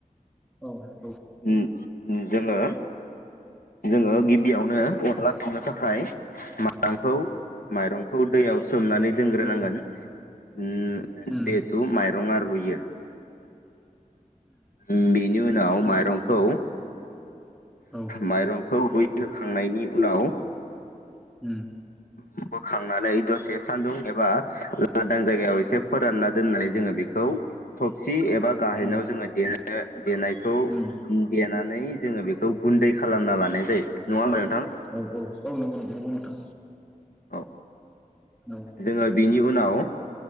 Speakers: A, in the centre; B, on the left.
A: औ। औ
B: उम उम जोङो जोङो गिबियाव नो अनला संनो थाखाय मा <unintelligible> खौ माइरं खौ दैयाव सोमनानै दोनग्रोनांगोन
A: औ
B: उम
A: उम
B: जिहेथु माइरं आर रुयो उम बेनि उनाव माइरंखौ
A: औ
B: माइरंखौ रुयहोखांनायनि उनाव
A: उम
B: उम बोखांनानै दसे सान्दुं एबा लांदां जाय गायाव एसे फोरानना दोननाय जोङो बेखौ थबसि एबा गाहेनाव
A: औ
B: जोङो दे <unintelligible> देनायखौ
A: उम
B: देनानै जोङो बेखौ गुन्दै खालामना लानाय जायो नङा होमबा नोंथां
A: औ औ औ नंगौ नों नंगौ नोंथां।
B: औ
A: औ
B: जोङो बेनि उनाव